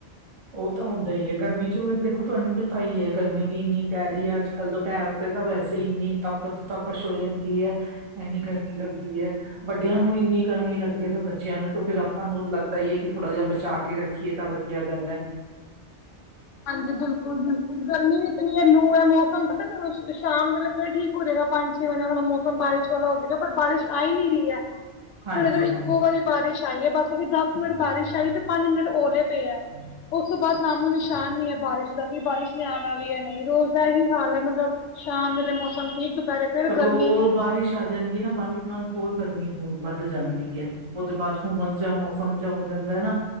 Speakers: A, on the right (about 30°); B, on the left (about 85°).
A: ਉਹ ਤਾਂ ਹੁੰਦਾ ਈ ਐ ਗਰਮੀ ਚ ਦੇਖੋ ਤੁਹਾਨੂੰ ਪਤਾ ਈ ਏ ਗਰਮੀ ਵੀ ਇੰਨੀ ਪੈ ਰਹੀ ਐ ਅੱਜ ਕੱਲ੍ਹ ਦੁਪਿਹਰ ਤੇ ਤਾਂ ਵੈਸੇ ਹੀ ਇੰਨੀ ਤਾਪ ਤਪਸ਼ ਹੋ ਜਾਂਦੀ ਏਹ ਇੰਨੀ ਗਰਮੀ ਲੱਗਦੀ ਹੈ ਵੱਡਿਆਂ ਨੂੰ ਇੰਨੀ ਗਰਮੀ ਲੱਗਦੀ ਹੈ ਤਾਂ ਬੱਚਿਆਂ ਨੂੰ ਤਾਂ ਫੇਰ ਆਪਾਂ ਨੂੰ ਲੱਗ ਪਤਾ ਹੀ ਹੈ ਕਿ ਥੋੜ੍ਹਾ ਜਿਹਾ ਬਚਾ ਕੇ ਰੱਖੀਏ ਤਾਂ ਵਧੀਆ ਗੱਲ ਹੈ
B: ਹਾਂਜੀ ਬਿਲਕੁਲ ਬਿਲਕੁਲ ਗਰਮੀ ਵੀ ਇਤਨੀ ਹੈ ਲੂ ਹੈ ਮੌਸਮ ਪਤਾ ਸ਼ਾਮ ਵੇਲ ਠੀਕ ਹੋ ਜਾਏਗਾ ਪੰਜ ਛੇ ਮਹੀਨਾ ਥੋੜਾ ਮੌਸਮ ਬਾਰਿਸ਼ ਵਾਲਾ ਹੋਵੇਗਾ ਪਰ ਬਾਰਿਸ਼ ਆ ਹੀ ਨੀ ਰਹੀ ਏ
A: ਹਾਂਜੀ
B: <unintelligible> ਇੱਕੋ
A: ਹਾਂਜੀ
B: ਵਾਰੀ ਬਾਰਿਸ਼ ਆਈ ਹੈ ਬਸ ਉਹ ਵੀ ਦਸ ਮਿੰਟ ਬਾਰਿਸ਼ ਆਈ ਤੇ ਪੰਜ ਮਿੰਟ ਓਲੇ ਪਏ ਹੈ ਉਸ ਤੋਂ ਬਾਅਦ ਨਾਮੋ ਨ ਨੁਕਸਾਨ ਨ ਹੈ ਬਾਰਿਸ਼ ਦਾ ਵੀ ਬਾਰਿਸ਼ ਨ ਆਉਣਾ ਵੀ ਹੈ ਨਹੀਂ ਰੋਜ਼ ਦਾ ਇਹੀ ਹਾਲ ਹੈ ਮਤਲਬ ਸ਼ਾਮ ਵਾਲੇ ਮੌਸਮ ਠੀਕ ਦੁਪਹਿਰੇ ਫਿਰ
A: ਸਗੋਂ
B: ਗਰਮੀ
A: ਉਹ ਬਾਰਿਸ਼ ਆ ਜਾਂਦੀ ਹੈ ਨਾ ਬਾਰਿਸ਼ ਨਾਲ ਹੋਰ ਗਰਮੀ ਹੋ ਵੱਧ ਜਾਂਦੀ ਹੈ ਉਹਦੇ ਬਾਅਦ ਹੁੰਮਸ ਜਾ ਮੌਸਮ ਜਾ ਹੋ ਜਾਂਦਾ ਹੈ, ਨਾ